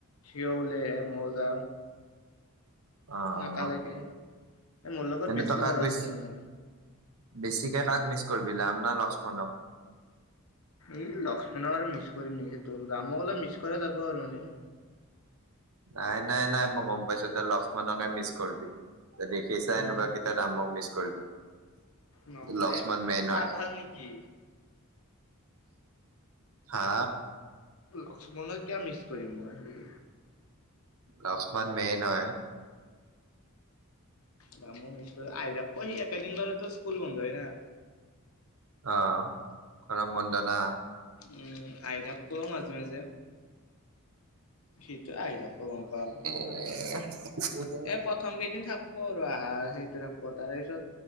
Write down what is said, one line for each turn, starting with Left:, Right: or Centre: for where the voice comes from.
Left: সিও ওলাইহে মইও যাওঁ।
Right: অঁ
Left: একেলগে
Right: অঁ
Left: মোৰ লগত
Right: এনে তই কাক
Left: লগ
Right: বেছি!
Left: আছিল মানে
Right: বেছিকে কাক মিচ কৰিব ৰাম না লক্ষ্মণক?
Left: এই লক্ষ্মনক আৰু মিছ কৰিম নেকি? সেতু ৰামকহলে মিছ কৰা যাব আৰু এনে!
Right: নাই নাই নাই মই গম পাইছো তই লক্ষ্মণনকে মিছ কৰিবি! কেচা
Left: উম
Right: এনেকুৱা কেটা ৰামক মিছ কৰিবি!
Left: নহয়
Right: লক্ষ্মণ
Left: এ
Right: মেইন
Left: পাঘাল
Right: হয়।
Left: নেকি?
Right: হা।
Left: লক্ষ্মণক কিয় মিচ কৰিম মই হেৰি।
Right: লক্ষ্মণ মেইন হয়।
Left: দাম মি আহই থাক প সি একেদিন বাৰতো স্কুল বন্ধ হয় ন। <inaudible>
Right: অ গৰম বন্ধ না।
Left: উম, আহি থাকিব মাজে মাজে। সিটো আহি থাকিব গম পাওঁ।
Right: বুজিব পৰা নাই।
Left: এ' প্ৰথম কেইদিন থাকব আৰু আহা সেইটো থাকব তাৰে পিছত!